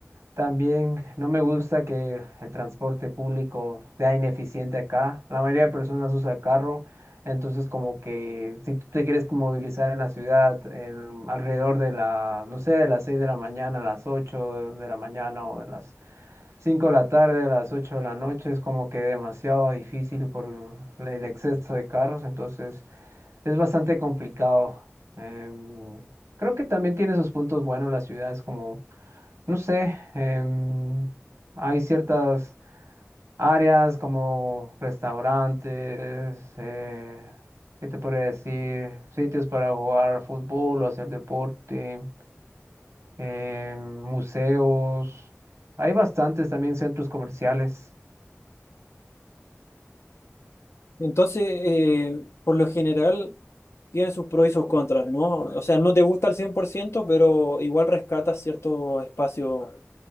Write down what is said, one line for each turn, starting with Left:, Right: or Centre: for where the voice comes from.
Right: También no me gusta que el transporte público sea ineficiente acá. La mayoría de personas usa carro, entonces como que si tú te quieres movilizar en la ciudad en- alrededor de la, no sé, de las 6 de la mañana a las 8 de la mañana o de las 5 de la tarde a las 8 de la noche, es como que demasiado difícil por el exceso de carros, entonces es bastante complicado. Em, creo que también tiene sus puntos buenos la ciudad, es como no sé, em, hay ciertas áreas como restaurantes, eh, ¿qué te podría decir? Sitios para jugar fútbol o hacer deporte, em, museos. Hay bastantes también centros comerciales.
Left: Entonces, eh, por lo general, tiene sus pros y sus contras, ¿no? O sea, no te gusta al 100% pero igual rescatas ciertos espacios